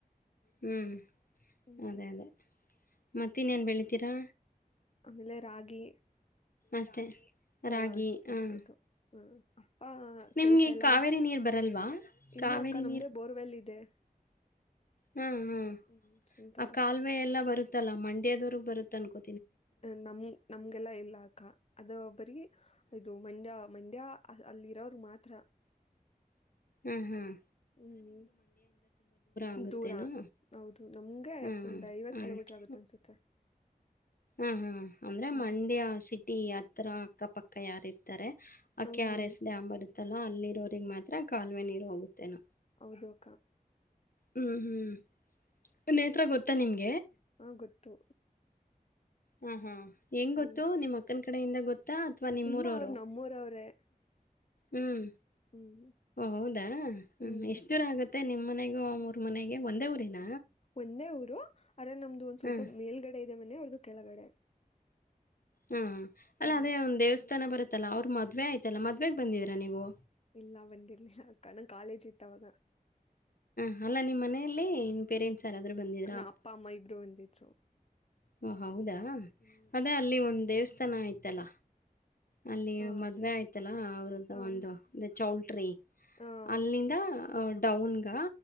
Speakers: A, on the left; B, on the left.
A: ಹ್ಮ್.
B: ಹ್ಮ್
A: ಅದೇ ಅದೇ. ಮತ್ತನ್--ಏನು ಬೆಳಿತೀರಾ
B: ಆಮೇಲೆ ರಾಗಿ.
A: ಅಷ್ಟೇ
B: ಹಾ
A: ರಾಗಿ
B: ಅಷ್ಟೇ
A: ಹಾಂ
B: ಅವದು ಹ ಅಪ್ಪ
A: ನಿಮಗೆ
B: ಕೆಲ್ಸ ಎಲ್ಲ
A: ಕಾವೇರಿ ನೀರು ಬರಲ್ವಾ ಕಾವೇರಿ
B: ಇಲ್ಲ ಅಕ್ಕ ನಮ್ದೇ ಬೋರ್ವೆಲ್ ಇದೆ.
A: ಹಾ ಹಾ
B: ಹ್ಮ್ ಸ್ವಂತ
A: ಆ ಕಾಲುವೆ ಎಲ್ಲಾ ಬರುತ್ತ. ಅತ್ತಲ್ಲ ಮಂಡ್ಯದವ್ರಗ್ ಬರುತ್ತ ಅನ್ಕೋ.
B: ನಮ ನಮ್ಗೆಲ್ಲಾ ಇಲ್ಲ ಅಕ್ಕ ಅದ ಬರಿೀ ಇದು ಮಂಡ್ಯ ಮಂಡ್ಯ ಅಲ್ಲಿರೋ ಮಾತ್ರ.
A: ಹ್ಮ್ ಹ್ಮ್.
B: ಹ್ಮ್
A: ಆಗುತ್ತೇನೋ
B: ದೂರ ಹೌದು ನಮ್ಗೆ
A: ಹ್ಮ್
B: ಒಂದ್ ಐವತ್
A: ಅದಕ್ಕೆ
B: ಕಿಲೋಮೀಟರ್ ಆಗುತ್ತೆ ಅನ್ಸುತ್ತೆ.
A: ಹ್ಮ್ ಹ್ಮ್. ಅಂದ್ರೆ
B: ಹ್ಮ್
A: ಮಂಡ್ಯ ಸಿ ಟಿ ಹತ್ರ ಅಕ್ಕಪಕ್ಕ ಯಾರ ಇರ್ತಾರೆ. ಅಕ್ಕೆ
B: ಹ್ಮ್
A: ಆರಸ--ಮ ಬ ಇತ್ತಲ್ಲ ಅಲ್ಲಿರೋಿಗೆ ಮಾತ್ರ ಕಾಲುವೆ ನೀರು ಹೋಗುತ್ತೆ ನಾ
B: ಹೌದಕ
A: ಹ್ಮ್ ಹ್ಮ್. ನೇತ್ರ ಗೊತ್ತ. ನಿಮಗೆ.
B: ಹಾ ಗೊತ್ತು
A: ಹ್ಮ ಹ್ಮ ಹೆಂಗ್
B: ಹ್ಮ್
A: ಗೊತ್ತು ನಿಮ್ಮ್ ಅಕ್ಕನ ಕಡೆಯಿಂದ ಗೊತ್ತಾ ಅಥವಾ ನಿಮ್ಮೂರವರು
B: ಇಲ್ಲ ಅವ್ರ ನಮ್ಮೂರವ್ರೇ
A: ಹ್ಮ್
B: ಹ್ಮ್
A: ಹೌದಾ ಹ
B: ಹ್ಮ್
A: ಎಷ್ಟ ದೂರ ಆಗತ್ತೆ ಮತ್ತೆ ನಿಮ್ಮ್ನೆಗೂ ಅವರ ಮನೆಗೆ ಒಂದೇ ಊರಿನ
B: ಒಂದೇ ಊರು ಅಂದ್ರ ನಮ್ದು ಒಂದ್ ಸ್ವಲ್ಪ
A: ಹ್ಮ್
B: ಮೇಲ್ಗಡೆ ಇದೆ ಮನೆ ಅವ್ರ್ದು ಕೆಳಗಡೆ
A: ಹಾ ಅಲ್ಲ
B: ಹ್ಮ್
A: ಅದೇ ಒಂದ್ ದೇವಸ್ಥಾನ ಬರುತ್ತೆ ಆಯತಲ್ಲ ಅವರು ಮದುವೆ ಆಯತಲ್ಲ ಮದ್ವೆೆಗೆ ಬಂದಿದ್ದೀರಾ ನೀವು
B: ಎಲ್ಲ ಬಂದರಲಿಲ್ಲ ಕಣಕ್ ಕಾಲೇಜ್ ಇತ್ತವಾಗ
A: ಹ ಅಲ್ಲ ನಿಮ್ಮ್ ಮನೆಯಲ್ಲಿ ಪೇರೆಂಟ್ಸ್ ಯಾರಾದ್ರೂ ಬಂದಿದ್ರಾ
B: ನಾ ಅಪ್ಪ ಅಮ್ಮ ಇಬ್ರು ಬಂದಿದ್ರು
A: ಹಓ ಹೌದಾ ಹ
B: ಹ್ಮ್
A: ಅದೇ ಅಲ್ಲಿ ಒಂದು ದೇವಸ್ಥಾನ ಆಯತ್ತಲ್ಲ ಅಲ್ಲಿ
B: ಹ
A: ಮದ್ವೆ ಆಯ್ತಲ್ಲಾ ಅವ್ರದ್ದ
B: ಹ
A: ಒಂದು ಚೌಟ್ರಿ
B: ಹ
A: ಅಲ್ಲಿಂದ ಡೌನ್ಗ